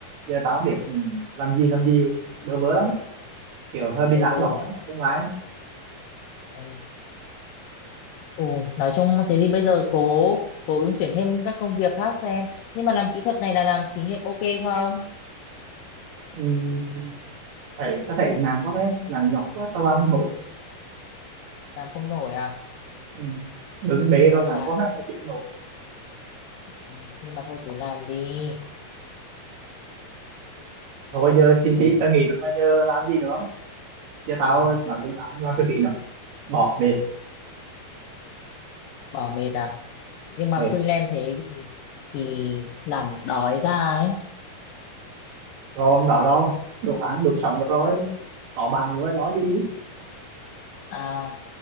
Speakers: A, on the right; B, on the left.
A: giờ tao không biết ừ, làm gì làm gì bơ vơ lắm, kiểu hơi bị
B: bơ
A: lạc
B: vơ
A: lõng
B: lắm
A: á, có tương lai.
B: ừ. Ừ, nói chung thế thì bây giờ cố cố ứng tuyển thêm các công việc khác xem nhưng mà làm kỹ thuật này là làm xí nghiệp ok không
A: Ừ, thấy tao thấy nặng quá mấy, nặng nhọc quá tao làm không nổi.
B: làm không nổi à
A: Ừ. Bưng bê rồi
B: thôi
A: nặng
B: làm
A: quá ha, tao chịu không nổi.
B: ừ. nhưng mà thôi cứ làm đi
A: Thôi giờ xin
B: ừ.
A: chí tao nghỉ rồi mà giờ làm gì nữa? Giờ tao
B: ừ.
A: nói chúng tao không làm cái gì nữa, bỏ mệt
B: bỏ mệt à nhưng mà
A: mệt
B: freelance thế thì thì làm đói ra ấy
A: rồi không đó đâu, đủ ăn đủ sống được rồi, có bạn nữa nói gì.
B: à